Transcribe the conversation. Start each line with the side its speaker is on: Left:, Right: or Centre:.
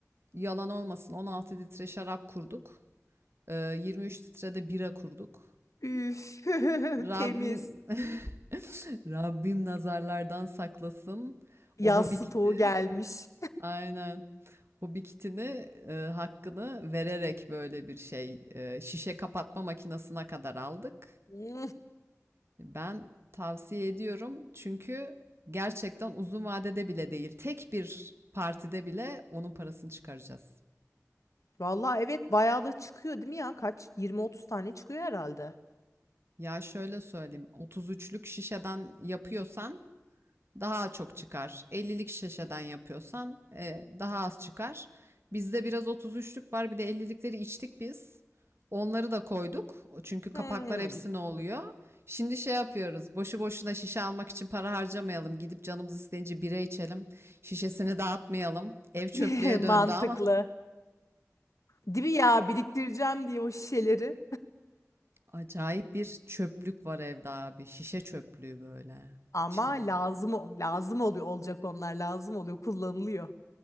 Right: yalan olmasın 16 litre şarap kurduk. Ee, 23 litre de bira kurduk.
Left: Üf,
Right: Rabbim
Left: <laughs> temiz.
Right: <laughs> Rabbim nazarlardan saklasın.
Left: Yaz
Right: O hobi
Left: stoğu
Right: kiti
Left: gelmiş.
Right: aynen hobi kitini e, hakkını vererek böyle bir şey e, şişe kapatma makinesine kadar aldık.
Left: Hmm.
Right: Ben tavsiye ediyorum çünkü gerçekten uzun vadede bile değil, tek bir partide bile onun parasını çıkaracağız.
Left: Vallahi evet bayağı da çıkıyor değil mi ya? Kaç? 20-30 tane çıkıyor herhalde.
Right: Ya şöyle söyleyeyim, 33'lük şişeden yapıyorsan daha çok çıkar. 50'lik şişeden yapıyorsan e, daha az çıkar. Bizde biraz 33'lük var. Bir de 50'likleri içtik biz. Onları da koyduk. Çünkü kapaklar
Left: Hmm.
Right: hepsine oluyor. Şimdi şey yapıyoruz. Boşu boşuna şişe almak için para harcamayalım. Gidip canımız isteyince bira içelim. Şişesini dağıtmayalım. Ev çöplüğe
Left: <laughs> Mantıklı.
Right: döndü ama
Left: Değil mi ya? Biriktireceğim diye o şişeleri.
Right: acayip bir çöplük var evde abi. Şişe çöplüğü böyle.
Left: Ama
Right: Çılgın.
Left: lazım o- lazım oluyor olacak onlar lazım oluyor kullanılıyor.